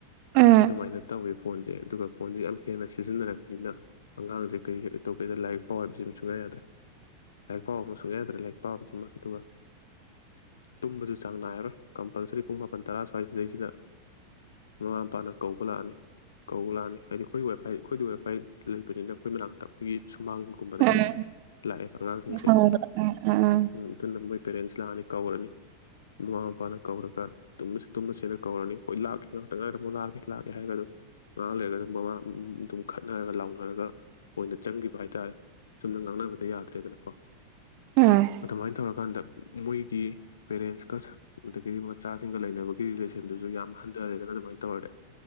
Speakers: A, on the right; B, on the left.
A: ꯎꯝ
B: ꯑꯗꯨꯃꯥꯏꯅ ꯇꯧꯋꯦꯤ ꯐꯣꯟꯁꯦ ꯑꯗꯨꯒ ꯐꯣꯟꯁꯦ ꯌꯥꯝ ꯍꯦꯟꯅ ꯁꯤꯖꯤꯟꯅꯔꯛꯄꯅꯤꯅ ꯑꯉꯥꯡꯁꯦ ꯀꯩꯇꯧ ꯀꯩꯗ ꯂꯥꯏꯔꯤꯛ ꯄꯥꯎ ꯍꯥꯏꯕꯕꯁꯤ ꯁꯨꯡꯉꯥꯏ ꯌꯥꯗ꯭ꯔꯦ ꯂꯥꯏꯔꯤꯛ ꯄꯥꯕ ꯑꯃ ꯁꯨꯡꯛꯌꯥ ꯌꯥꯗ꯭ꯔꯦ ꯂꯥꯏꯔꯤꯛ ꯄꯥꯕꯁꯤꯃ ꯑꯗꯨꯒ ꯇꯨꯝꯕꯁꯨ ꯆꯥꯡ ꯅꯥꯏꯔꯔꯣꯏ ꯀꯝꯄꯜꯁꯔꯤ ꯄꯨꯡ ꯃꯥꯄꯜ ꯇꯔꯥ ꯁ꯭ꯋꯥꯏꯁꯤꯗꯩꯁꯤꯗ ꯃꯃꯥ ꯃꯄꯥꯅ ꯀꯧꯕ ꯂꯥꯛꯑꯅꯤ ꯀꯧꯕ ꯂꯥꯛꯑꯅꯤ ꯍꯥꯏꯗꯤ ꯑꯩꯈꯣꯏ ꯋꯥꯏꯐꯥꯏ ꯑꯩꯈꯣꯏꯗꯤ ꯋꯥꯏꯐꯥꯏ ꯂꯩꯕꯅꯤꯅ ꯑꯩꯈꯣꯏ ꯃꯅꯥꯛꯇ ꯑꯩꯈꯣꯏꯒꯤ ꯁꯨꯃꯥꯡꯒꯨꯝꯕꯗ
A: ꯎꯝ
B: ꯍꯦꯛ ꯍꯦꯛ ꯂꯥꯛꯑꯦꯕ ꯑꯉꯥꯡꯁꯤꯡꯁꯦ
A: ꯈꯪꯕꯗꯣ ꯎꯝ ꯎꯝ
B: ꯑꯗꯨꯅ ꯃꯣꯏ ꯄꯦꯔꯦꯟꯁ ꯂꯥꯛꯑꯅꯤ ꯀꯧꯔꯅꯤ ꯃꯃꯥ ꯃꯄꯥꯅ ꯀꯧꯔꯒ ꯇꯨꯝꯃꯁꯦꯅ ꯀꯧꯔꯅꯤ ꯍꯣꯏ ꯂꯥꯛꯀꯦ ꯉꯍꯥꯛꯇ ꯉꯥꯏꯔꯗ ꯑꯃꯨꯛ ꯂꯥꯛꯑꯒꯦ ꯂꯥꯛꯒꯦ ꯍꯥꯏꯔꯒ ꯑꯗꯨꯝ ꯉꯥꯏꯍꯥꯡ ꯂꯩꯔꯒ ꯑꯗꯨꯝ ꯃꯃꯥ ꯑꯗꯨꯝ ꯈꯠꯅꯔꯒ ꯂꯥꯎꯅꯔꯒ ꯑꯣꯏꯅ ꯆꯪꯒꯤꯈꯤꯕ ꯍꯥꯏꯇꯥꯔꯦ ꯁꯨꯝꯅ ꯉꯥꯡꯅꯕꯗ ꯌꯥꯗ꯭ꯔꯦꯗꯅꯀꯣ
A: ꯎꯝ
B: ꯑꯗꯨꯃꯥꯏꯅ ꯇꯧꯔꯒ ꯀꯥꯟꯗ ꯃꯣꯏꯒꯤ ꯄꯦꯔꯦꯟꯁꯀ ꯑꯗꯒꯤꯗꯤ ꯃꯆꯥꯁꯤꯡꯒ ꯂꯩꯅꯕꯒꯤ ꯔꯤꯂꯦꯁꯟꯗꯨꯁꯨ ꯌꯥꯝ ꯍꯟ ꯔꯦꯗꯅ ꯑꯗꯨꯃꯥꯏꯅ ꯇꯧꯔꯒꯦ